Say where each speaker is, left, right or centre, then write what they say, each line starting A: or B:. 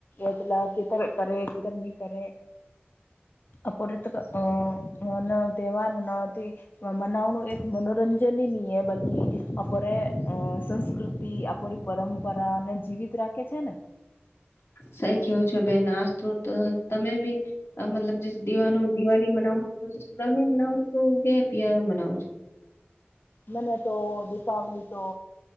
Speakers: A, on the left (about 50°); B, on the left (about 80°).
A: એતલા કેધર કરે કેધર નહીં કરે. આપડે આ અને તહેવાર મનાવથી મનાવનું એક મનોરંજનની મીએ બલકી અરે સંસ્કૃતિ આપણી પરંપરા ને જીવિત રાખે છે, ને
B: સઈ કેવું છે, બે નાસ્તું તો તમે બી મતલબ જ દીવા દિવાળી મનાઓ તો તો સસુરાલ મનાઓ તો તે પર મનાવું છું.
A: મને તો દીપાવલી તો